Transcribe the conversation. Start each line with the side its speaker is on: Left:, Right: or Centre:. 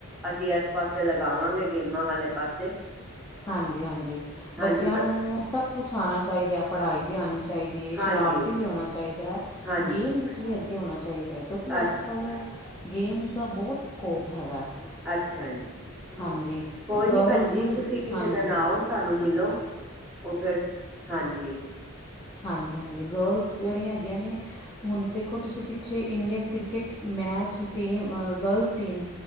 Centre: ਅਸੀਂ ਇਸ ਪਾਸੇ ਲਗਾਵਾਂਗੇ। ਗੇਮਾਂ ਵਾਲੇ ਪਾਸੇ।
Left: ਹਾਂਜੀ ਹਾਂਜੀ,
Centre: ਹਾਂਜੀ
Left: ਬੱਚਿਆਂ
Centre: ਪ
Left: ਨੂੰ ਸਭ ਕੁਛ ਆਉਣਾ ਚਾਹੀਦਾ ਹੈ। ਪੜ੍ਹਾਈ ਵੀ ਆਉਣੀ ਚਾਹੀਦੀ ਹੈ।
Centre: ਹਾਂਜੀ,
Left: ਸ਼ਰਾਰਤੀ ਵੀ ਹੋਣਾ ਚਾਹੀਦਾ ਹੈ।
Centre: ਹਾਂਜੀ
Left: ਗੇਮਸ ਚ ਵੀ ਅੱਗੇ ਹੋਣਾ ਚਾਹੀਦਾ ਹੈ। ਕਿਉਂਕਿ
Centre: ਅੱਛਾ,
Left: ਅੱਜ- ਕੱਲ੍ਹ ਗੇਮਸ ਦਾ ਬਹੁਤ ਸਕੋਪ ਹੈਗਾ ਹੈ।
Centre: ਅੱਛਾ ਜੀ,
Left: ਹਾਂਜੀ
Centre: ਕੋਈ ਨੀ
Left: ਗਰਲਜ਼
Centre: ਭੈਣ ਜੀ, ਤੁਸੀਂ ਕਿਸੇ
Left: ਹਾਂਜੀ
Centre: ਦਿਨ ਆਓ ਸਾਨੂੰ ਮਿਲੋ, ਉਹ ਫਿਰ ਹਾਂਜੀ।
Left: ਹਾਂਜੀ ਹਾਂਜੀ। ਗਰਲਜ਼ ਜਿਹੜੀਆਂ ਹੈਗੀਆਂ ਨੇ ਹੁਣ ਦੇਖੋ ਤੁਸੀਂ, ਪਿੱਛੇ Indian cricket match team team, girls team